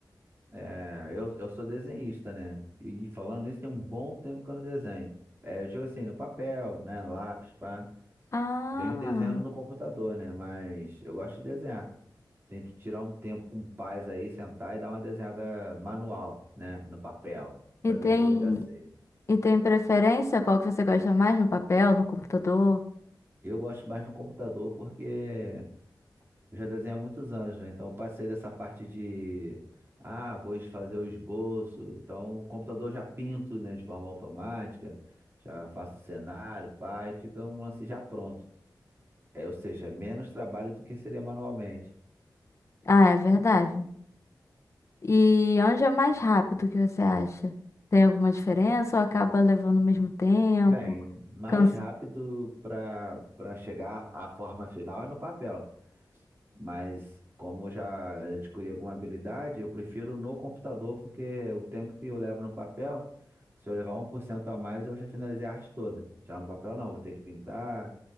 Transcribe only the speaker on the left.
Ah,
e
tem,
e tem preferência? Qual que você gosta mais no papel, no computador?
Ah, é verdade. E onde é mais rápido que você acha? Tem alguma diferença ou acaba levando o mesmo tempo?
Cansa...